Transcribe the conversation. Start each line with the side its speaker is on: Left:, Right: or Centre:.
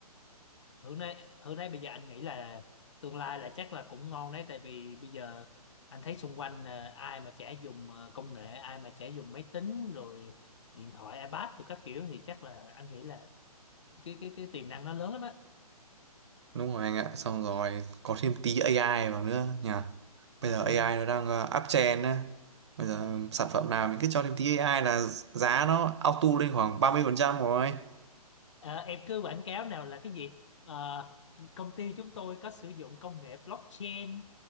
Left: Hưởng đấy Hưởng đấy bây giờ anh nghĩ là tương lai là chắc là cũng ngon đấy tại vì bây giờ anh thấy xung quanh là ai mà chả dùng ờ, công nghệ ai mà chả dùng máy tính rồi điện thoại iPad rồi các kiểu thì chắc là anh nghĩ là cái cái cái tiềm năng nó lớn lắm á
Right: Đúng rồi anh ạ, xong rồi có thêm tí AI vào nữa nhỉ.
Left: ừ.
Right: Bây giờ AI nó đang ờ, up trend á. Bây giờ
Left: ừ.
Right: sản phẩm nào mình cứ cho thêm tí AI là giá nó auto lên khoảng 30% rồi.
Left: Ờ, em cứ quảng cáo nào là cái gì Ờ, công ty chúng tôi có sử dụng công nghệ blockchain